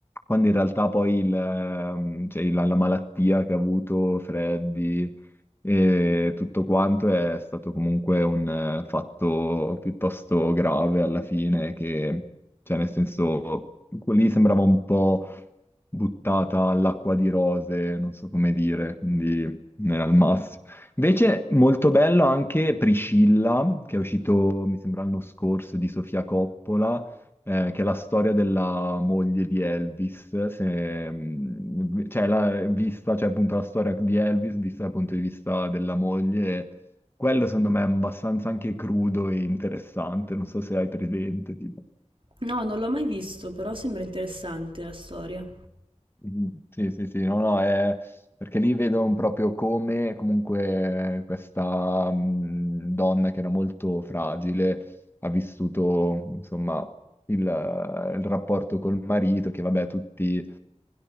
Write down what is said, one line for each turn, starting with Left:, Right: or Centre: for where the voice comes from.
Left: quando in realtà poi il, ehm, cioè la, la malattia che ha avuto Freddie e tutto quanto è stato comunque un eh, fatto piuttosto grave alla fine, che cioè, nel senso, que- lì sembrava un po' buttata all'acqua di rose, non so come dire, quindi non era il massimo. Invece, molto bello anche Priscilla, che è uscito, mi sembra, l'anno scorso di Sofia Coppola, eh, che è la storia della moglie di Elvis, se- mh, cioè, la, vista, cioè, appunto, la storia di Elvis vista dal punto di vista della moglie. Quello secondo me è abbastanza anche crudo e interessante, non so se hai presente, tipo.
Right: No, non l'ho mai visto, però sembra interessante la storia.
Left: Mm, Sì, sì, sì, no, no, è perché lì vedo proprio come comunque eh, questa mm, donna che era molto fragile ha vissuto, insomma, il, eh, il rapporto col marito, che vabbè, tutti